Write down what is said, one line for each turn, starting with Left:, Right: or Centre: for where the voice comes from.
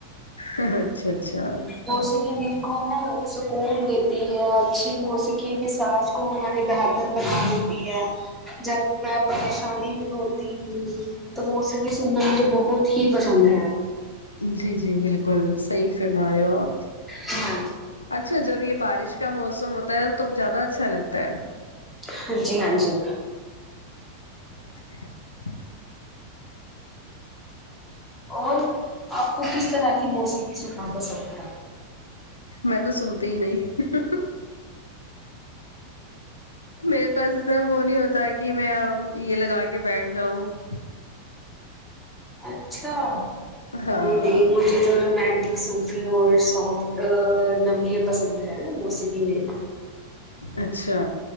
Left: اچھا اچھا
Centre: موسیکی دل کو نا سکون دیتی ہے اچھی موسیکی مساج کو ہمارے بہتر بنا دیتی ہے جب میں پریشانی میں ہوتی ہوں تو موسیقی سننا مجھے بہت ہی پسند ہے
Left: جی جی بالکل صحیح فرما رہے ہو آپ
Centre: ہاں جی
Left: اچھا جب یہ بارش کا موسم ہوتا ہے تو زیادہ اچھا لگتا ہے
Centre: ہاں جی ہاں جی
Left: <inaudible>
Centre: اور آپ کو کس طرح کی موسیقی سننا پسند ہے
Left: میں تو سنتی ہی نہیں میرے پاس اتنا وہ نہیں ہوتا ہے کہ میں یہ لگا کے بیٹھ جاؤں <inaudible>
Centre: اچھا
Left: ہاں
Centre: نہیں نہیں مجھے زیادہ رومانٹک سوفی اور سافٹ نمحے پسند ہے موسیقی میں
Left: اچھا